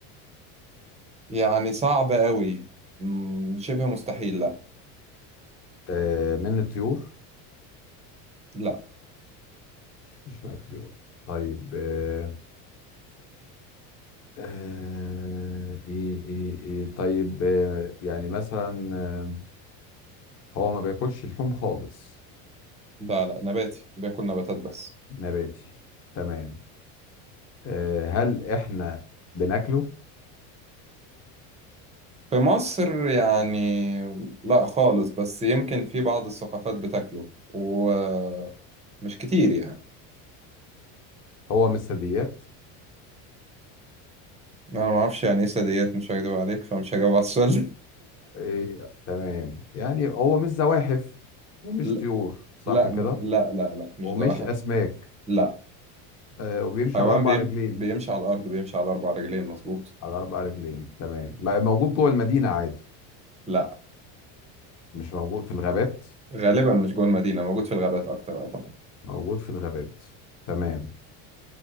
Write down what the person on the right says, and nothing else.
يعني صعب قوي مم، شبه مستحيل لا
لا
لا لا نباتي بياكل نباتات بس
في مصر يعني لا خالص بس يمكن في بعض الثقافات بتاكله ومش كتير يعني
انا ما اعرفش يعني ايه ساديات مش هكدب عليك فمش هجاوب على السؤال <laughs> ده.
لا
لا
م- لا لا لا مش
ضعف
لا
حيوان
بيم
بيمشي على الارض بيمشي على اربع رجلين مظبوط
لا
غالبا مش جوه المدينه موجود في الغابات اكتر اه طبعا